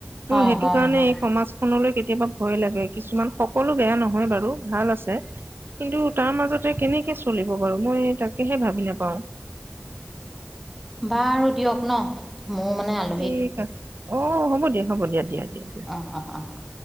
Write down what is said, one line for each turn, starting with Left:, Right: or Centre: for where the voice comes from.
Centre: হয়,
Right: মোৰ সেইটো
Centre: হয়,
Right: কাৰণে
Centre: হয়,
Right: এই সমাজ- খনলৈ কেতিয়াবা ভয় লাগে। কিছুমান, সকলো বেয়া নহয় বাৰু ভাল আছে। কিন্তু তাৰ মাজতে কেনেকে চলিব বাৰু মই তাকেহে ভাবি নাপাওঁ।
Centre: বাৰু দিয়ক ন' মোৰ মানে আল
Right: ঠিক আছে। অঁহ', -হ'ব দিয়া, হ'ব দিয়া, দিয়া-দিয়া।
Centre: অঁহ'-অহ', -অহ', -।